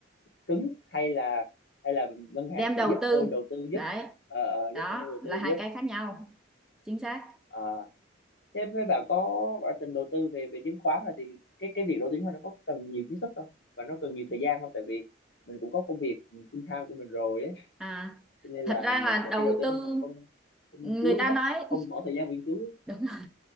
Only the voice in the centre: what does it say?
Đem
đầu
tư.
Đấy,
đó
là
hai
cái khác nhau. Chính xác.
À,
thật ra
là
đầu
tư
người
ta
nói
<laughs> đúng